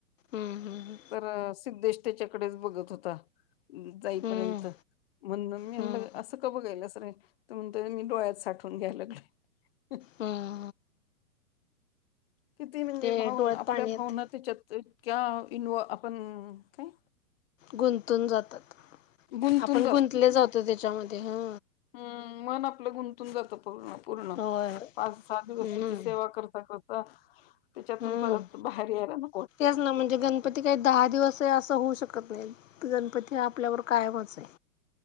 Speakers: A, on the left (about 55°); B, on the left (about 40°).
A: हम्म हम्म
B: तर सिद्धेश त्याच्याकडेच बघत होता. जाईपर्यंत.
A: हम्म
B: म्हण मी
A: हम्म
B: ल असं का बघायलाच रे तर म्हणतो मी डोळ्यात साठवून घ्यायला लगले ह <unintelligible>
A: हम <inaudible>
B: किती म्हणजे
A: ते
B: भावी
A: डोळ्यात
B: आपल्या
A: पाण्यात
B: भावना त्याच्यात इनव आपण काय
A: गुंतून जातात
B: गुंतून
A: आपण गुंतले जातो त्याच्यामध्ये ह
B: हम मन आपलं गुंतून जात पू पूर्ण
A: होय होय.
B: पाच सात दिवस
A: हम्म
B: त्याची सेवा करता कर त्याच्यातून
A: हम्म
B: परत बाहेर यायला ना
A: तेच ना म्हणजे ग गणपती काही दहा दिवस आहे असं होऊ शकत नाही तर गणपती हा आपल्यावर कायमच आहे.